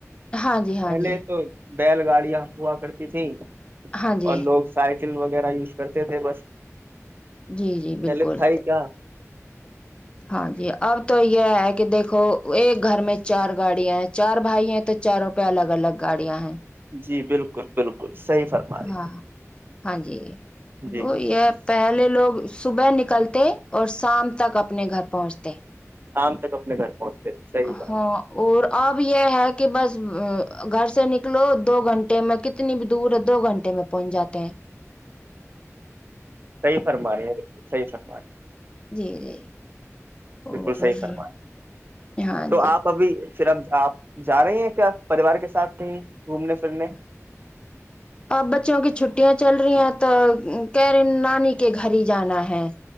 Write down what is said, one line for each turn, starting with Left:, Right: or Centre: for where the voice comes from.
Left: ہاں جی ہاں
Right: پہلے
Left: جی
Right: تو بیل گاڑیاں ہوا کرتی تھی
Left: ہاں جی
Right: اور لوگ شاید ل وغیرہ یوز کرتے تھے بس
Left: جی جی بالکل
Right: پہلے تھا ہی کیا
Left: ہاں جی اب تو یہ ہے کہ دیکھو ایک گھر میں چار گاڑیاں ہیں چار بھائی ہیں تو چاروں پہ الگ الگ گاڑیاں ہیں
Right: جی بالکل بالکل صحیح فرما رہی
Left: ہاں ہاں جی
Right: ہے جی
Left: وہی ہے پہلے لوگ صبح نکلتے اور شام تک اپنے گھر پہنچتے
Right: شام تک اپنے گھر پہنچتے تھے صحیح بات
Left: ہاں اور اب یہ ہے کہ بس گھر سے نکلو دو گھنٹے میں کتنی بھی دور ہے دو گھنٹے میں پہنچ جاتے ہیں
Right: صحی فرم رہے ہیں بالکلح فرما بائے
Left: جی جی
Right: بالکل
Left: اور
Right: صحیح فرما
Left: ہاں
Right: تو
Left: جی
Right: آپ ابھی شرب آپ جا رہے ہیں کیا پریوار کے ساتھ کہیں گھومنے پھرنے
Left: اور بچوں کی چھٹیاں چل رہی ہیں تو کیرین نانی کے گھر ہی جانا ہے